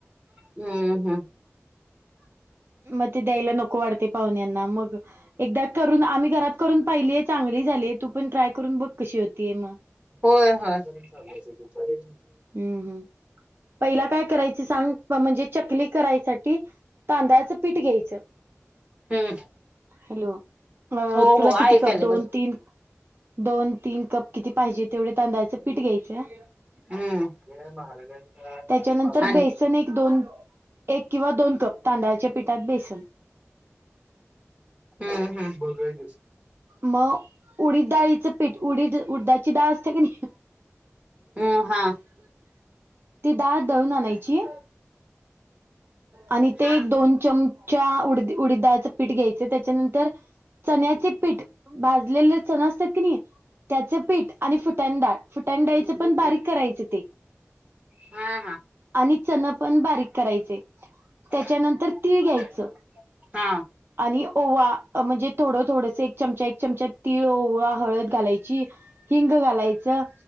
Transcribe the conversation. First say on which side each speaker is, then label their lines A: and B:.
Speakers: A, on the right; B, on the right.
A: हम्म हम्म
B: मग ते द्यायला नको वाटते पाहुण्याना मग एकदा करून आम्ही घरात करून पाहिली चांगली झाली तू पण ट्राय करून बघ कशी होतीय मग
A: होय होय. खरी
B: हम्म हम् पहिला काय करायच सांग म्हणजे चकली करायसाठी तांदळाचं पीठ घ्यायचं.
A: हम्म
B: हॅलो अ
A: हो
B: तुला
A: हो ऐकायले
B: किती कप दोन
A: बस
B: तीन दोन तीन कप किती पाहिजे तेवढे तांदळाचं पीठ घ्यायचं.
A: हम् जय महाराजांचा
B: त्याच्यानंतर
A: आणि
B: बेसन एक दोन एक किंवा दोन कप तांदळाच्या पिठात बेसन
A: हम् हम् बघायचच.
B: मग उडीद डाळीचं पीठ उडीद उडदाची डाळ असते क नाही.
A: हम् हा.
B: ती डाळ दळून आणायची आणि ते
A: हा
B: एक दोन चम च्या उड उडीद दाळचं पीठ घ्यायचं त्याच्यानंतर चण्याचे पीठ भाजलेले चण असतात की नाही त्याचे पीठ आणि फुट्यान डाळ फुटाण
A: खडू
B: डाळीचे
A: देतो
B: पण बारीक करायचं ते
A: हा हा.
B: आणि चण पण बारीक करायचे.
A: हा
B: त्याच्यानंतर तीळ घ्यायचं.
A: हा
B: आणि ओवा म्हणजे थोडं थोडंस चमचा एक चमचा तीळ, ओळा, हळद घालायची हिंग घालायचं.